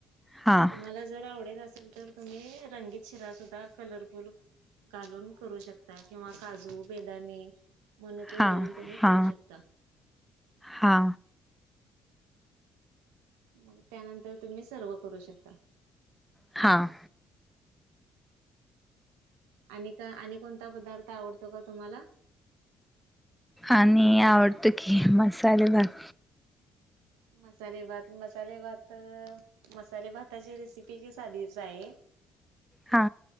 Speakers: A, in the centre; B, on the right.
A: हा.
B: तुम्हाला जर आवडेल असल, तर तुम्ही रंगीत शिरा सुद्धा कलरफुल घालून करू शकता, किंवा काजू, बेदाणे मनुके
A: हा
B: घालून तुम्ही
A: हा
B: करू शकता
A: हा.
B: मग त्यानंतर तुम्ही सर्व करू शकता.
A: हां.
B: आणि क आणि कोणता पदार्थ आवडतो का तुम्हाला?
A: आणि आवडतो की मसाले भात.
B: मसाले भात, मसाला भातं मसाले भाताची रेसिपी की साधीच आहे
A: हा.